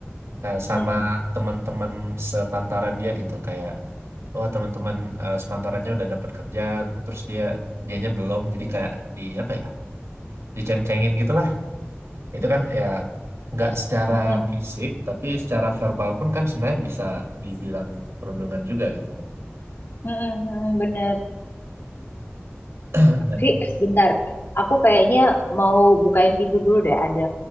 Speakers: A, on the right (about 75°); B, on the left (about 55°).
A: Kayak sama
B: mm-mm,
A: teman-teman sepantaran dia gitu kayak oh teman-teman eh, sepantarannya udah dapat kerja terus dia dianya belum jadi kayak di apa ya diceng-cengin gitulah itu kan ya nggak secara
B: mm-mm,
A: fisik tapi secara verbal pun kan sebenarnya bisa dibilang perundungan juga gitu
B: mm-mm, mm-mm, bener.
A: <clears throat> dan
B: Vi, bentar. Aku kayaknya mau bukain pintu dulu deh. Ada